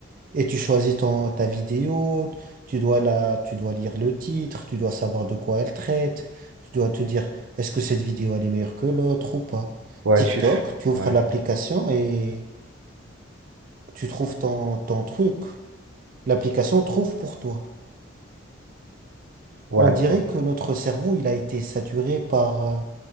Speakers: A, on the right (about 45°); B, on the right (about 80°).
A: et tu choisis ton, ta vidéo, tu dois la, tu dois lire le titre, tu dois savoir de quoi elle traite, tu dois te dire est-ce que cette vidéo elle est meilleure que l'autre ou pas.
B: Ouais,
A: TikTok,
B: tu... f-
A: tu ouvres
B: Ouais,
A: l'application et tu trouves ton, ton truc. L'application trouve pour toi.
B: ouais.
A: On dirait que notre cerveau, il a été saturé par, euh,